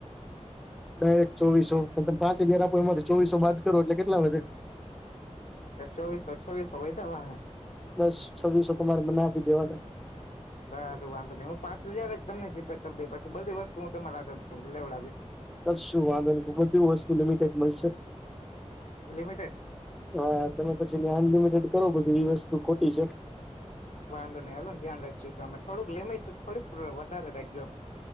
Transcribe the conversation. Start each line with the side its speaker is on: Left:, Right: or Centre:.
Centre: ડાયરેક્ટ ચોવીસો મતલબ પાંચ હજાર આપો એમાંથી ચોવીસો બાદ કરો એટલે કેટલા વધે?
Left: ચોવીસો છવીસો વયધા વા
Centre: બસ છવ્વીસો તમારે મને આપી દેવાના
Left: સારું વાંધો નહી હું પાંચ હજાર જ તમને જીપે કરી દઈશ પછી બધી વસ્તુ હું તમારા આગળ લેવડાવી
Centre: કશું વાંધો નહી, બધી વસ્તુ લિમિટેડ મળશે.
Left: લિમિટેડ
Centre: હા, તમે પછી અનલિમીટેડ કરો બધું એ વસ્તુ ખોટી છે,
Left: વાંધો નહી હવે ધ્યાન રાખજૉ તમે થોડીક લેમીટ તો થોડીક વધારે રાખજો.